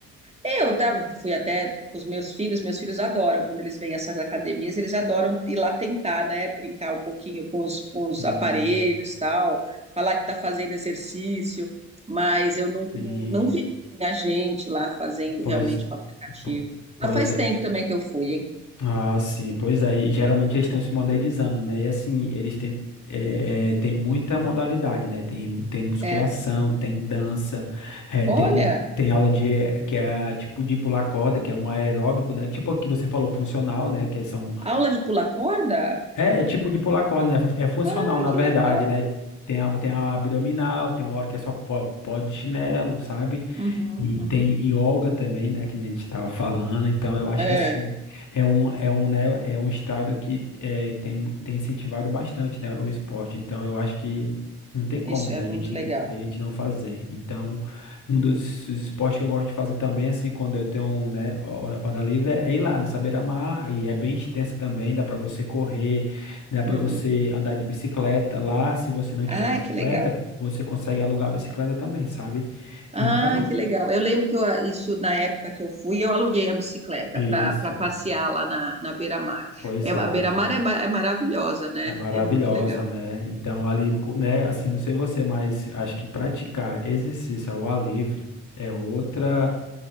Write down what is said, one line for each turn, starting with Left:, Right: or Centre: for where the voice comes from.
Right: Eu tava, fui até com os meus filhos, meus filhos adoram quando eles vêm a essas academias, eles adoram ir lá tentar, né, brincar um pouquinho com os, com os
Left: Sim.
Right: aparelhos, tal, falar que tá fazendo exercício, mas eu não,
Left: Sim.
Right: não, não vi a gente lá fazendo
Left: Pois,
Right: realmente com o aplicativo.
Left: po- pois
Right: Mas faz tempo também que eu fui, hein?
Left: Ah, sim, pois é. E geralmente eles estão se modernizando, né? E assim, eles têm, é, é, tem muita modalidade, né? Tem, tem musculação,
Right: É.
Left: tem dança, é,
Right: Olha,
Left: tem, um, tem aula de que é tipo de pular corda, que é um aeróbico, né? Tipo o que você falou, funcional, né? Que são.
Right: aula de pular corda?
Left: É, é tipo de pular corda, né? É funcional,
Right: Ai,
Left: na
Right: que
Left: verdade,
Right: legal.
Left: né? Tem a, tem a abdominal, tem uma hora que é só pó, pó de chinelo, sabe?
Right: Uhum,
Left: E
Right: uhum.
Left: tem yoga também, né, que nem a gente estava falando. Então, eu acho
Right: É,
Left: que assim, é um, é um, né, é um estado que é, tem, mu- tem incentivado bastante, né, o esporte. Então, eu acho que não tem como,
Right: isso
Left: né,
Right: é muito
Left: a gente,
Right: legal.
Left: a gente não fazer. Então, um dos dos esportes que eu gosto de fazer também, assim, quando eu tenho, né, ho- hora livre, é ir lá nessa beira-mar. E é bem extensa também, dá para você correr, dá para
Right: Uhum.
Left: você andar de bicicleta lá. Se você não tiver
Right: Ai,
Left: bicicleta,
Right: que legal.
Left: você consegue alugar a bicicleta também, sabe? Então,
Right: Ah, que legal. Eu lembro que eu, ah, isso na época que eu fui, eu aluguei a bicicleta
Left: isso,
Right: para passear lá na, na Beira-Mar.
Left: pois
Right: É,
Left: é.
Right: a Beira-Mar é, ma- é maravilhosa, né?
Left: É maravilhosa,
Right: É muito legal.
Left: né? Então, ali, co- né, assim, não sei você, mas acho que praticar exercício ao ar livre é outra